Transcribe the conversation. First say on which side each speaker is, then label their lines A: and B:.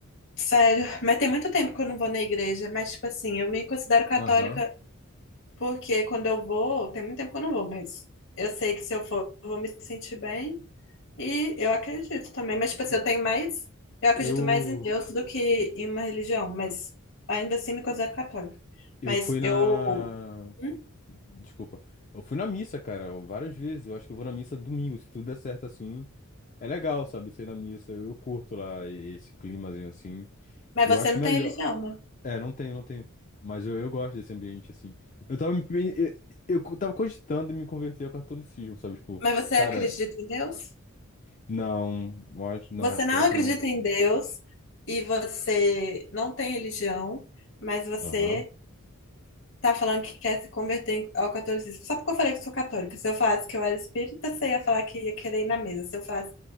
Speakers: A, on the left; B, on the left.
A: sério, <laughs> mas tem muito tempo que eu não vou na igreja, mas tipo assim, eu me considero católica
B: Aham.
A: porque quando eu vou, tem muito tempo que eu não vou, mas eu sei que se eu for, eu vou me sentir bem e eu acredito também, mas tipo assim, eu tenho mais, eu acredito
B: Eu...
A: mais em Deus do que em uma religião, mas ainda assim me considero católica.
B: Eu
A: Mas
B: fui na...
A: eu, Hum?
B: Desculpa. Eu fui na missa, cara, várias vezes. Eu acho que eu vou na missa domingo, se tudo der certo assim. É legal, sabe? Ser na missa, eu curto lá esse climazinho assim.
A: mas
B: Eu
A: você
B: acho
A: não
B: melhor.
A: tem religião, né?
B: É, não tenho, não tenho. Mas eu, eu gosto desse ambiente, assim. Eu tava, me- me- eu, eu tava cogitando em me converter ao catolicismo, sabe? Tipo,
A: Mas você
B: cara,
A: acredita em Deus?
B: não, eu acho- não,
A: Você
B: pior
A: não
B: que
A: acredita
B: não.
A: em Deus e você não tem religião, mas você
B: Aham.
A: tá falando que quer se converter em- ao catolicismo. Só porque eu falei que sou católica. Se eu falasse que eu era espírita, você ia falar que ia querer ir na mesa. Se eu falasse